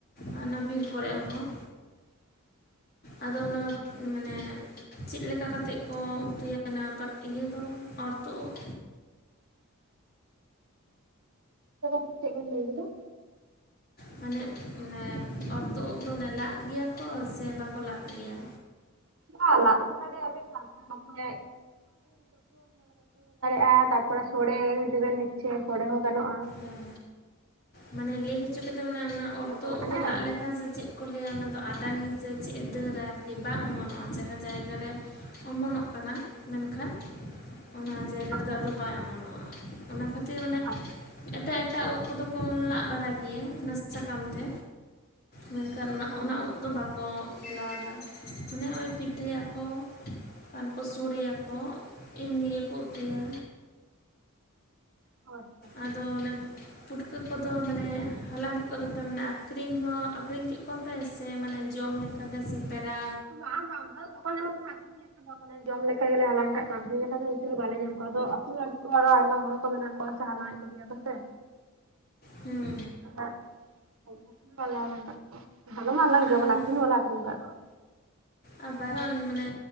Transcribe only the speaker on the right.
<inaudible>
ᱪᱮᱫ
<inaudible> ᱪᱮᱜ ᱵᱮᱱ ᱞᱟᱹᱭ ᱠᱮᱫᱟ?
ᱵᱟᱝ ᱞᱟᱜ ᱦᱚᱸ ᱫᱟᱲᱮᱜᱼᱟᱵᱤᱱ ᱛᱟᱨᱯᱚᱨ ᱱᱚᱛᱮ <unintelligible> ᱛᱟᱨᱯᱚᱨᱮ ᱥᱚᱲᱮ ᱡᱩᱫᱤ ᱵᱮᱱ ᱤᱪᱪᱷᱟᱹᱭᱟ ᱥᱚᱲᱮ ᱦᱚᱸ ᱜᱟᱱᱚᱜᱼᱟ᱾
ᱡᱚᱛᱚ
ᱞᱮᱠᱟᱱᱟᱜ
ᱜᱟᱱᱚᱜᱼᱟ
ᱵᱟᱝ
ᱵᱟᱝ
ᱟᱪᱪᱷᱟ
ᱦᱳᱭ
ᱦᱳᱭ
ᱦᱳᱭ᱾
ᱵᱟᱝ ᱵᱟᱝ ᱚᱝᱠᱟ ᱫᱚ ᱵᱟᱠᱚ ᱧᱟᱢᱚᱜ ᱠᱟᱱᱟ ᱟᱠᱷᱨᱤᱧ ᱞᱮᱠᱟ ᱫᱚ ᱢᱟᱱᱮ ᱡᱚᱢ ᱞᱮᱠᱟ ᱜᱮᱞᱮ ᱦᱟᱞᱟᱝ ᱠᱟᱜ ᱠᱚᱣᱟ ᱟᱹᱠᱷᱨᱤᱧ ᱞᱮᱠᱟ ᱫᱚ ᱤᱱᱠᱟᱹ ᱫᱚ ᱵᱟᱞᱮ ᱧᱟᱢ ᱠᱚᱣᱟ ᱟᱫᱚ ᱟᱹᱛᱩ ᱨᱮ ᱟᱰᱤ ᱚᱠᱚᱡ ᱟᱨᱚ ᱟᱭᱢᱟ ᱦᱚᱲ ᱠᱚ ᱢᱮᱱᱟᱜ ᱠᱚᱣᱟ ᱥᱮ ᱦᱟᱞᱟᱝ-ᱮᱫ ᱠᱚᱜᱮ ᱭᱟ ᱠᱚ ᱥᱮ᱾
<inaudible> ᱟᱠᱠᱷᱨᱤᱧ ᱫᱚ
ᱵᱟᱞᱮ ᱟᱠᱠᱷᱨᱤᱧ ᱠᱟᱜ ᱠᱚᱣᱟ᱾